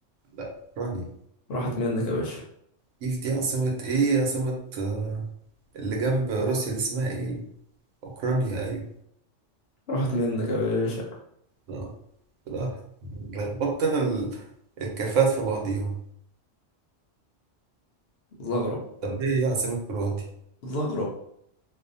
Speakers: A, on the right; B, on the left.
A: لا رانيا
B: راحت منك يا باشا
A: كيف دي عاصمة ايه عاصمة آه، اللي جنب روسيا دي اسمها ايه اوكرانيا ايوه
B: راحت منك يا باشا
A: اه لا لخبطت انا ال- الكفات في بعضيها
B: زغرب
A: طب ايه هي عاصمة كرواتيا
B: زغرب